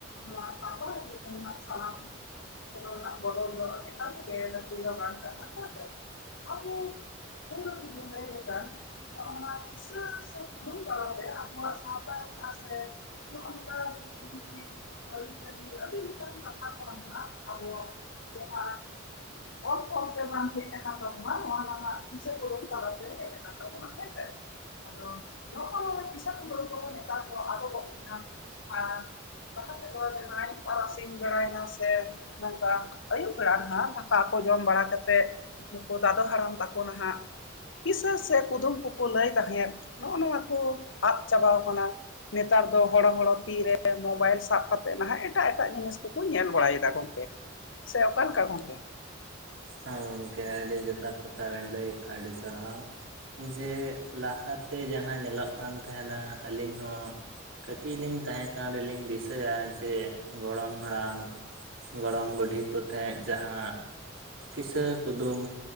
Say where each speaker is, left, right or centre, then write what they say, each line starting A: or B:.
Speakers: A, on the left; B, on the right.
A: ᱱᱚᱣᱟ ᱥᱟᱶᱛᱟ ᱞᱟᱹᱜᱤᱫ ᱛᱮᱫᱚ ᱦᱟᱸᱜ ᱥᱟᱱᱟᱢᱼᱼ ᱠᱚᱫᱚ ᱨᱮᱱᱟᱜ ᱵᱚᱫᱚᱞ ᱫᱚ ᱟᱹᱰᱤ ᱜᱟᱱ ᱜᱮ ᱵᱟᱝ ᱠᱟᱱᱟ ᱦᱮᱸ ᱥᱮ ᱟᱵᱚᱼᱼ ᱯᱩᱭᱞᱩ ᱛᱮᱜᱮ ᱞᱟᱹᱭ ᱟᱠᱟᱱ ᱱᱚᱜᱼᱱᱚᱣᱟ ᱠᱤᱥᱟᱹ ᱥᱮ ᱠᱩᱫᱩᱢ ᱛᱟᱞᱟᱛᱮ ᱟᱵᱚᱣᱟᱜ ᱥᱟᱶᱛᱟ ᱥᱮᱼᱼ ᱱᱚᱜ ᱱᱚᱝᱠᱟ ᱵᱤᱱᱛᱤ ᱟᱹᱨᱤᱪᱞᱤ ᱟᱹᱰᱤ ᱞᱮᱠᱟᱱ ᱠᱟᱛᱷᱟ ᱠᱚ <unintelligible> ᱟᱵᱚᱣᱟ ᱡᱟᱦᱟᱸ ᱚᱞ ᱛᱚᱞᱼᱼ ᱥᱮ ᱵᱟᱝ ᱦᱮᱡ ᱟᱠᱟᱱ ᱛᱟᱵᱚᱱᱟ ᱱᱚᱣᱟ ᱨᱮᱱᱟᱜ ᱨᱮᱱᱟᱜ ᱫᱤᱥᱟᱹ ᱠᱚᱫᱚᱢ ᱛᱟᱞᱟᱛᱮ ᱦᱮᱡ ᱟᱠᱟᱱ ᱛᱟᱵᱚᱱᱟ ᱦᱮᱸᱥᱮᱼᱼ ᱟᱫᱚ ᱱᱚᱜᱼᱚᱭ ᱱᱚᱣᱟ ᱠᱤᱥᱟ ᱠᱩᱫᱟᱹᱢ ᱠᱚᱠᱚ ᱱᱮᱛᱟᱨ ᱫᱚ ᱟᱴᱚᱜᱚᱜ ᱠᱟᱱᱟ᱾ ᱟᱨ ᱞᱟᱦᱟ ᱛᱮᱫᱚ ᱡᱟᱦᱟᱸᱭ ᱛᱟᱨᱟᱥᱤᱧ ᱵᱟᱲᱟᱭᱮᱱᱟ ᱥᱮᱼᱼ ᱱᱚᱝᱠᱟ ᱟᱹᱭᱩᱵ ᱵᱮᱲᱟ ᱱᱟᱦᱟᱸᱜ ᱫᱟᱠᱟ ᱠᱚ ᱡᱚᱢ ᱵᱟᱲᱟ ᱠᱟᱛᱮᱼᱼ ᱱᱩᱠᱩ ᱫᱟᱫᱚ ᱦᱟᱲᱟᱢ ᱛᱟᱠᱚ ᱱᱟᱦᱟᱸᱜᱼᱼ ᱠᱤᱥᱟᱹ ᱥᱮ ᱠᱩᱫᱩᱢ ᱠᱚᱠᱚ ᱞᱟᱹᱭ ᱛᱟᱦᱮᱸᱫ ᱱᱚᱜᱼᱚ ᱱᱚᱣᱟ ᱠᱚ ᱟᱫ ᱪᱟᱵᱟ ᱠᱟᱱᱟ᱾ ᱱᱮᱛᱟᱨ ᱫᱚ ᱦᱚᱲᱚ ᱦᱚᱲᱚᱼᱼ ᱛᱤᱨᱮ ᱢᱳᱵᱟᱭᱤᱞ ᱥᱟᱵ ᱠᱟ ᱠᱟᱛᱮᱫ ᱱᱟᱦᱟᱜ ᱮᱴᱟᱜ ᱮᱴᱟᱜ ᱡᱤᱱᱤᱥ ᱠᱚᱠᱚ ᱧᱮᱞ ᱵᱟᱲᱟᱭ ᱮᱫᱟ ᱜᱚᱢᱠᱮᱼᱼ ᱥᱮ ᱚᱠᱟᱮᱠᱟ ᱜᱚᱝᱠᱮ?
B: ᱦᱮᱸ ᱜᱚᱝᱠᱮ ᱟᱹᱰᱤ ᱡᱚᱛᱷᱟᱛ ᱠᱟᱛᱷᱟ ᱵᱮᱱ ᱞᱟᱹᱭ ᱠᱟᱜᱼᱟ ᱟᱹᱰᱤ ᱥᱟᱨᱦᱟᱣ᱾ ᱡᱮ ᱞᱟᱦᱟᱛᱮ ᱡᱟᱦᱟᱸ ᱧᱮᱞᱚᱜ ᱠᱟᱱ ᱛᱟᱦᱮᱸᱱᱟ ᱟᱹᱞᱤᱧ ᱦᱚᱸᱼᱼ ᱠᱟᱹᱴᱤᱡ ᱞᱤᱧ ᱛᱟᱦᱮᱸ ᱠᱟᱱ ᱨᱮᱞᱤᱧ ᱫᱤᱥᱟᱹᱭᱟ ᱡᱮ ᱜᱚᱲᱚᱢ ᱦᱟᱲᱟᱢ ᱜᱚᱲᱚᱢ ᱵᱩᱰᱷᱤ ᱠᱚᱴᱷᱮᱱ ᱡᱟᱦᱟᱸᱼᱼ ᱠᱤᱥᱟᱹ ᱠᱩᱫᱩᱢ,